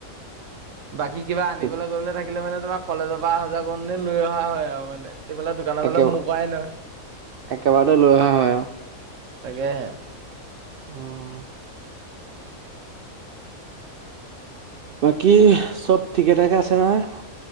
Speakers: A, on the right; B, on the right.
A: বাকী কিবা আনিবলৈ-কৰিবলৈ
B: ঠিক
A: থাকিলে মানে ধৰা কলেজৰ পৰা অহা যোৱা কৰোতে লৈ অহা হয় আৰু মানে৷ এইফালে দোকানৰ
B: একে
A: ফালে মুৰ কৰাই নহ
B: একেবাৰতে লৈ অহা হয় আৰু
A: তাকে হে।
B: উম। বাকী চব ঠিকে-ঠাকে আছে নহয়?